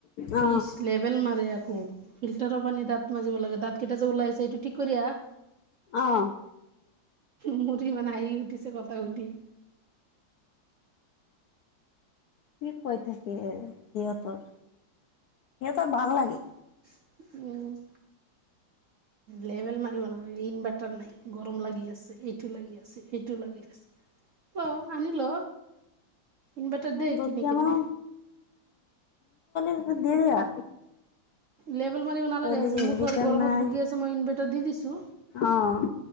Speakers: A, on the left; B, on the right.
A: অ
B: ক ইছ লেবেল মাৰে আকৌ ফিল্টাৰৰ পানী দাঁত মাাজিব লাগে দাঁত কেইটা যে ওলাই আছে এইটো ঠিক কৰি আহা।
A: অ'।
B: মোৰ ইমান হাঁহি উঠিছে কথা শুনি।
A: কি কৈ থাকে সিহঁতৰ- সিহঁতৰ ভাল লাগে।
B: উম। লেভেল মাৰিব ন ইনভাৰ্টাৰ নাই গৰম লাগি আছে। এইটো লাগি আছে, সেইটো লাগি আছে অ' আনি ল। ইনভাৰ্টাৰ দে
A: দুখীয়া
B: কিনি কিনে
A: মানে অ <unintelligible> দিয়া।
B: লেবেল মাৰিব নালাগে
A: ছোৱালীৰ
B: আছে
A: ইনভাৰ্টাৰ
B: মোৰ ছোৱালী গৰমত
A: নাই
B: ভুগি আছে মই ইনভাৰ্টাৰ দি দিছো।
A: অ',